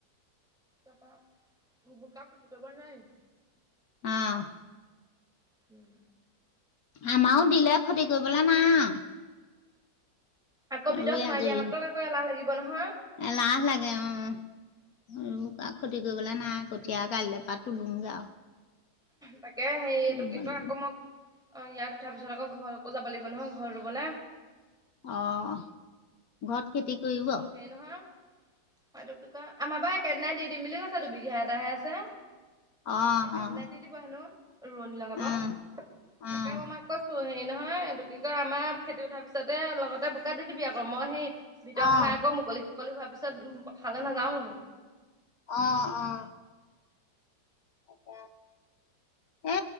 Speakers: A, in the centre; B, on the left.
A: তাৰপা, বোকাত যাব নোৱাৰি।
B: অ'!
A: উম।
B: আমাৰো দিলে, ক্ষতি কৰিবলে নাই।
A: আকৌ,
B: আৰু,
A: ভিতৰত
B: ৰুই
A: সোমাই
B: আজৰি
A: দিয়া, মাত্ৰ
B: হৈ।
A: আকৌ, এলাহ লাগিব নহয়।
B: এলাহ লাগে অ'! আৰু ক্ষতি কৰিবলৈ নাই, কঠিয়া আৰু কাইলে পৰা তোলোঁগৈ আৰু।
A: তাকে, সেৰি এইটো
B: ৰুব
A: কি কয়!
B: লাগিব
A: আকৌ মই অ'! ইয়াত উঠাৰ পিছত, আকৌ, ঘৰ আকৌ, যাব লাগিব নহয়, ঘৰত ৰোবলে।
B: অ'! ঘৰত খেতি কৰিব?
A: সেৰি নহয়, এইটো কি কয়, আমাৰ পৰা একেদিনাই দি দিম বুলি কৈছে, দুবিঘা এটাহে আছে।
B: অ
A: একেদিনাই
B: অ
A: দি দিব হেনোঁ, ৰোৱনী লগাব।
B: অ
A: তাকে,
B: অ',
A: মই মাক কৈছোঁ, সে সেই নহয়, এইটো কি কয়, আমাৰ খেতি উঠাৰ পিছতে, লগতে বোকা দি দিবি আকৌ। মই সেই, ভিতৰত
B: অ',
A: সোমাই আকৌ, মুকলি-চুকলি হোৱাৰ পিছত, পথাৰলৈ নাযাওঁ বোলোঁ।
B: অ'! অ'! অ'! এ,